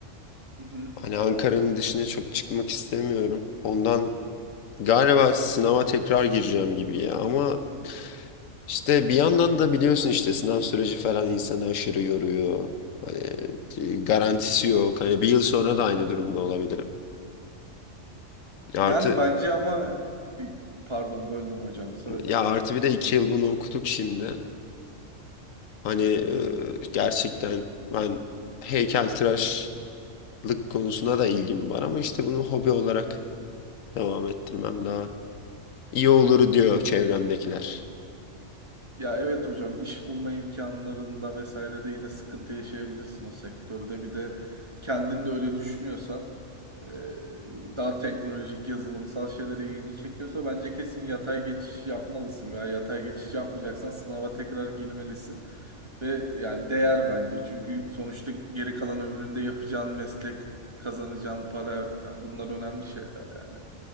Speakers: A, on the right; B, on the left.
A: hı hı.
B: Hani Ankara'nın dışına çok çıkmak istemiyorum. Ondan galiba sınava tekrar gireceğim gibi ya. Ama işte bir yandan da biliyorsun işte sınav süreci falan insanı aşırı yoruyor. Hani e, garantisi yok. Hani bir yıl sonra da aynı durumda olabilirim. Artı
A: Yani bence ama e, pardon böldüm hocam söyle.
B: Ya artı bir de iki yıl bunu okuduk şimdi. Hani e, gerçekten ben heykeltıraşlık konusuna da ilgim var ama işte bunu hobi olarak devam ettirmem daha iyi olur diyor çevremdekiler.
A: Ya evet hocam iş bulma imkanlarında vesaire de yine sıkıntı yaşayabilirsin o sektörde. Bir de kendin de öyle düşünüyorsan e, daha teknolojik yazılımsal şeyler ilgini çekiyorsa bence kesin yatay geçiş yapmalısın ya. Yatay geçiş yapmayacaksan sınava tekrar girmelisin. Ve yani değer bence. Çünkü sonuçta geri kalan ömründe yapacağın meslek, kazanacağın para yani bunlar önemli şeyler yani.